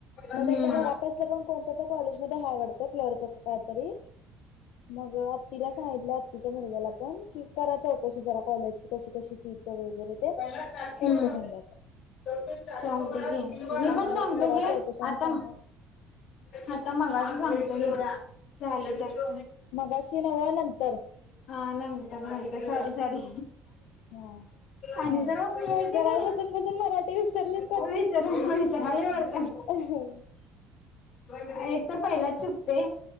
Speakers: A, on the left (about 70°); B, on the left (about 45°).
A: मग
B: हम्म.
A: त्यांच्या घरा पासल कोणतर त्या कॉलेजमध्ये हाय वाटतं क्लर्क का काय तर तरी मग आत्तीला सांगितलय आत्तीच्या मुलग्याला पण. की करा चौकशी जरा कॉलेजची कशी कशी फीच वगैरे ते
B: पहिल्या स्टार्टिंगला
A: करतो
B: हम्.
A: म्हणलात
B: चालतय घे.
A: मग ठीक
B: मी
A: आहे
B: पण
A: म्हणलं
B: सांगतो
A: करा
B: घे.
A: चौकशी आणि
B: आता
A: सांगा
B: आता मघाशी सांगतो झालं तर.
A: मघाशी नव्ह नंतर.
B: हा नंतर, नंतर. Sorry, sorry.
A: हा.
B: आणि
A: हम्म
B: जरा मी हाय किनी
A: घरात बसून बसून मराठी विसरलीस
B: विसरलो विसरलोय वाटतं.
A: ह.
B: एक तर पहिलाच चुकते.